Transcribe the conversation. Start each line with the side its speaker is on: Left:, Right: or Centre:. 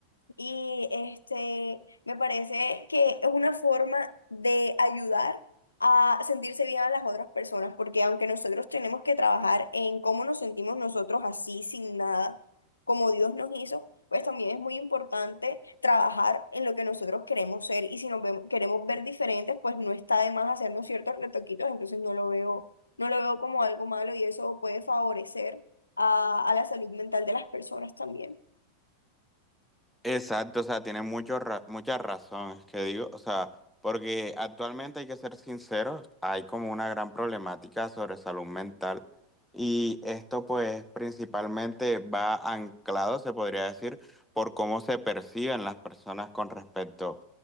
Left: Y este, me parece que es una forma de ayudar a sentirse bien a las otras personas, porque aunque nosotros tenemos que trabajar en cómo nos sentimos nosotros así, sin nada, como Dios nos hizo, pues también es muy importante trabajar en lo que nosotros queremos ser. Y si nos vemos- queremos ver diferentes, pues no está de más hacernos ciertos retoquitos, entonces no lo veo, no lo veo como algo malo y eso puede favorecer a a la salud mental de las personas también.
Centre: Exacto, o sea, tiene mucho ra- mucha razón, es que digo, o sea, porque actualmente hay que ser sinceros, hay como una gran problemática sobre salud mental y esto pues principalmente va anclado, se podría decir, por cómo se perciben las personas con respecto